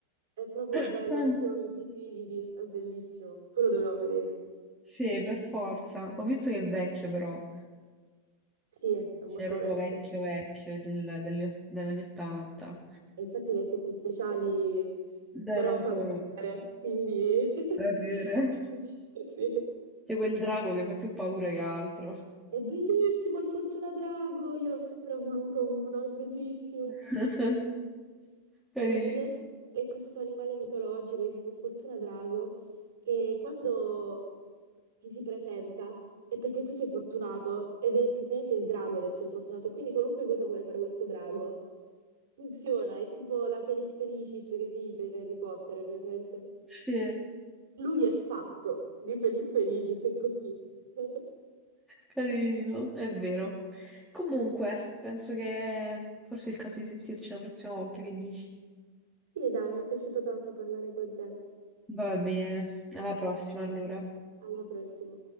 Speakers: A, on the right; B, in the centre.
A: È proprio
B: <clears throat>
A: bello,
B: Mm,
A: mi sono venuti i brividi, è bellissimo. Poi lo dobbiamo vedere.
B: Sì, per forza. Ho visto che è vecchio però.
A: Sì, è molto
B: Sei proprio
A: vecchio.
B: vecchio, vecchio, del- degli ott- degli 80.
A: E infatti gli effetti speciali
B: Da
A: però
B: non
A: fanno
B: può
A: male, quindi... <laughs>
B: da ridere.
A: quindi sì. sì.
B: C'è quel drago che fa più paura che altro.
A: È bellissimo il Fortuna Drago, io l'ho sempre voluto uno, è bellissimo.
B: <laughs> Carino.
A: Eh, perché è questo animale mitologico che si chiama il Fortuna Drago, che quando ti si presenta è perché tu sei fortunato ed è praticamente il drago ad essere fortunato. E quindi qualunque cosa vuole fare questo drago funziona, è tipo la Felix Felicis che si beve Harry Potter, è presente?
B: Sì.
A: Lui è fatto di Felix Felicis, è così. <laughs>
B: Carino, è vero. Comunque, penso che forse è il caso di sentirci la prossima volta, che dici?
A: Sì, dai, mi è piaciuto tanto parlare con te.
B: Va bene, alla prossima allora.
A: Alla prossima.